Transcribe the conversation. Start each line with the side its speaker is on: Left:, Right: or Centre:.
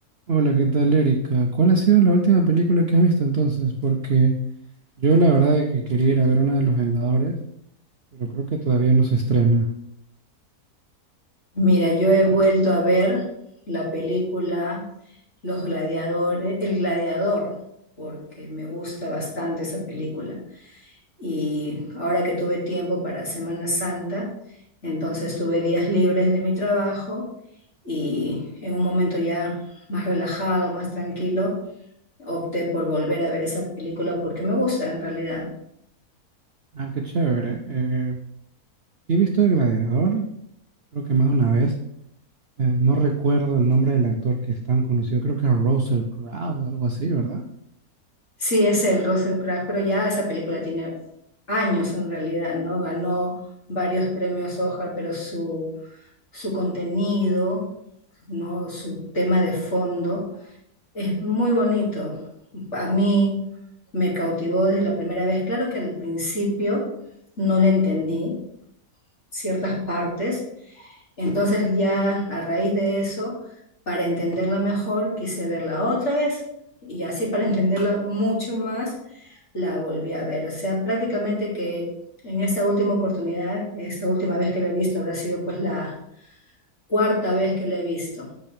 Right: Hola, ¿qué tal, Erika? ¿Cuál ha sido la última película que has visto entonces? Porque yo la verdad es que quería ir a ver una de los Vengadores, pero creo que todavía no se estrena.
Left: Mira, yo he vuelto a ver la película Los Gladiadores, El Gladiador, porque me gusta bastante esa película. Y ahora que tuve tiempo para Semana Santa, entonces tuve días libres de mi trabajo y en un momento ya más relajado, más tranquilo, opté por volver a ver esa película porque me gusta en realidad.
Right: Ah, qué chévere. Eh, he visto El Gladiador, creo que más de una vez. Eh, no recuerdo el nombre del actor que es tan conocido, creo que es Russell Crowe, algo así, ¿verdad?
Left: Sí, es el Russell Crowe, pero ya esa película tiene años en realidad, ¿no? Ganó varios premios Oscar, pero su, su contenido, ¿no? Su tema de fondo es muy bonito. A mí me cautivó desde la primera vez. Claro que al principio no le entendí, ciertas partes. Entonces ya a raíz de eso, para entenderla mejor, quise verla otra vez y así para <laughs> entenderla mucho más, la volví a ver. O sea, prácticamente que en esta última oportunidad, esta última vez que la he visto, habrá sido pues la cuarta vez que la he visto,